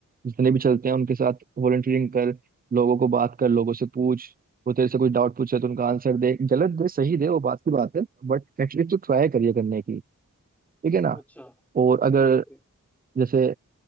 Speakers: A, on the right; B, in the centre.
A: जितने भी चलते हैं उनके साथ वॉलंटियरिंग कर लोगों को बात कर लोगों से पूछ वो तेरे से कुछ डाउट पूछे तो उनका आंसर दे गलत दे सही दे वो बात की बात है बट एटलीस्ट तू ट्राई करिए करने की ठीक है ना
B: अच्छा
A: और
B: ठीक
A: अगर
B: है
A: जैसे